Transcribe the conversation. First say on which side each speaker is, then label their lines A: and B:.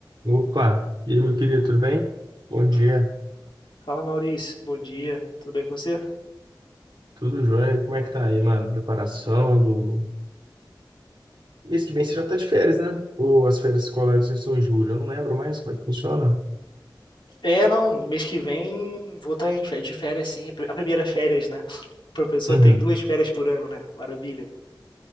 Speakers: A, on the right; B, on the left.
A: Opa, e aí, meu querido, tudo bem? Bom dia,
B: Fala Maurício, bom dia, tudo bem com você?
A: tudo jóia? Como é que tá aí, mano? Preparação do... Mês que vem você já tá de férias, né? Ou as férias escolares estão em julho? Eu não lembro mais como é que funciona.
B: É, não, mês que vem vou estar em fé- de férias sim, a pri- a primeira férias, né? <laughs> O professor
A: Uhum.
B: tem duas férias por ano, né? Maravilha.